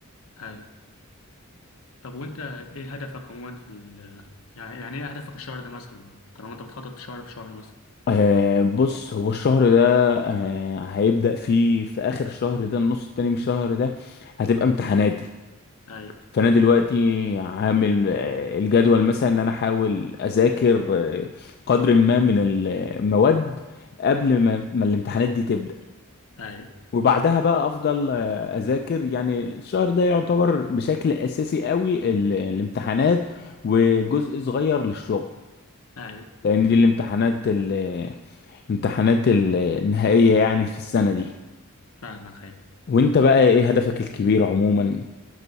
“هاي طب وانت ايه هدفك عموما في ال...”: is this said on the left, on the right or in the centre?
Left